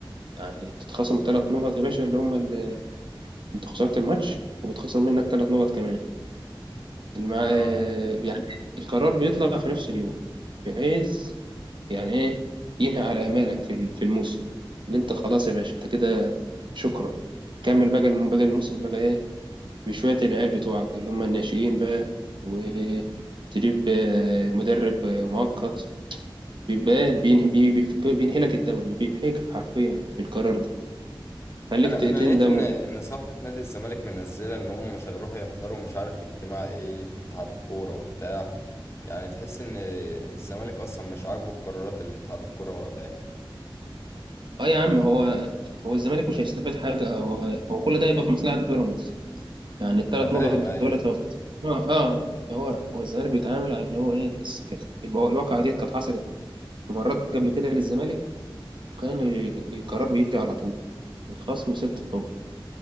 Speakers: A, on the right (about 65°); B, on the left (about 30°).
A: يعني بتتخصم ثلاث نقط يا باشا اللي هم اللي انت خسرت الماتش وبتخسر منك ثلاث نقط كمان المع...
B: اه
A: آه، يعني القرار بيطلع في نفس اليوم بحيث يعني ايه ينهي على امالك في ال- في الموسم اللي انت خلاص يا باشا انت كده شكرا كمل بقى الم- باقي الموسم بقى ايه بشوية العيال بتوعك اللي هم الناشئين بقى وتجيب آه، مدرب آه، مؤقت بيبقى إيه؟ بينهي بي- بي- بينهي لك الدوري بينهيك حرفيا بالقرار ده خليك
B: انا
A: ت-
B: انا
A: تندم
B: لقيت ان
A: وت...
B: ان صفحه نادي الزمالك منزله ان هم مش هيروحوا يحضروا مش عارف اجتماع ايه في اتحاد الكوره وبتاع يعني تحس ان الزمالك اصلا مش عاجبه القرارات اللي اتحاد الكوره واخداها
A: اه يا عم هو هو الزمالك مش هيستفاد حاجه هو هو كل ده هيبقى في مصلحه بيراميدز يعني الثلاث
B: ما انا فاهم
A: نقط
B: ايوه
A: دول لو اه اه هو هو الزمالك بيتعامل على اللي هو ايه الس- كان- المو- الواقعه ديت كانت حصلت مرات قبل كده للزمالك كان ال- القرار بيجي على طول الخصم ست نقط